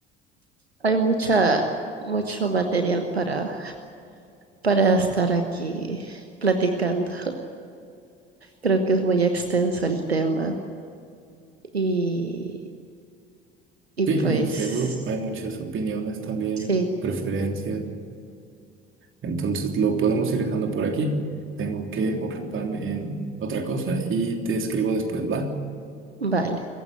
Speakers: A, on the right; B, on the right.
A: hay mucha, mucho material para, para estar aquí platicando. Creo que es muy extenso el tema y Y
B: Sí,
A: pues,
B: y seguro hay muchas opiniones también,
A: sí,
B: preferencias Entonces lo podemos ir dejando por aquí. Tengo que ocuparme en otra cosa y te escribo después, ¿va?
A: vale.